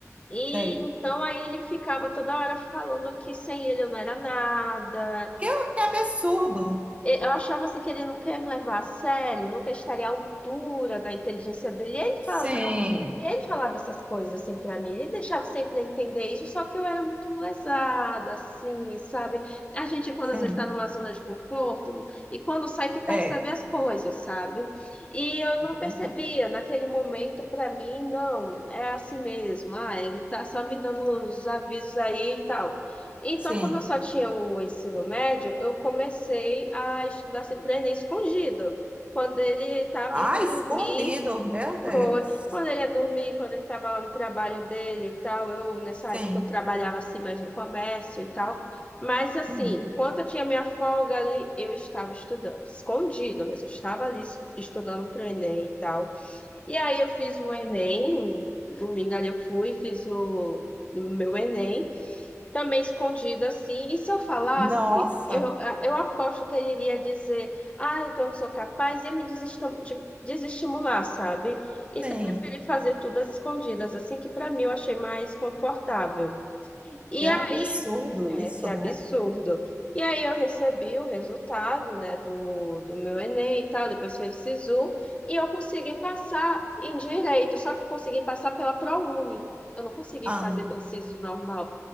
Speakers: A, on the left; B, on the right.
A: E
B: sei.
A: então aí ele ficava toda hora falando que sem ele eu não era nada,
B: Que, que absurdo.
A: e- Eu achava assim que ele nunca ia me levar a sério, nunca estaria à altura da inteligência dele. E ele falava,
B: Sim,
A: e ele falava essas coisas assim para mim, ele deixava sempre entender isso, só que eu era muito lesada, assim, sabe? A gente, quando
B: sim.
A: às vezes está numa zona de conforto, e quando sai que percebe
B: É, é
A: as coisas, sabe? E eu não percebia
B: verdade.
A: naquele momento para mim, não, é assim mesmo, ah, ele tá só me dando os avisos aí e tal. Então,
B: Sim.
A: como eu só tinha o ensino médio, eu comecei a estudar sempre o Enem escondido. Quando ele estava
B: Ah,
A: indo
B: escondido.
A: dormir,
B: Meu Deus.
A: foi. Quando ele ia dormir, quando ele estava no trabalho dele e tal, eu, nessa
B: Sim.
A: época, eu trabalhava assim, mais no comércio e tal. Mas, assim,
B: Hum.
A: quando eu tinha minha folga ali, eu estava estudando, escondido, mas eu estava ali es- estudando para o Enem e tal. E aí eu fiz o Enem, um domingo ali eu fui, fiz o o meu Enem também escondida assim. E se eu falasse,
B: Nossa.
A: eu, eu aposto que ele iria dizer, ai, que eu não sou capaz, e me desestim- te- desestimular, sabe? Então,
B: Sim.
A: eu preferi fazer tudo às escondidas, assim, que para mim eu achei mais confortável. E
B: Que absurdo
A: aí é
B: isso,
A: Que é absurdo.
B: né?
A: E aí eu recebi o resultado, né, do, do meu Enem e tal, depois fez o SISU, e eu consegui passar em direito, só que eu consegui passar pela ProUni. Eu não consegui
B: Ah,
A: fazer pelo SISU normal.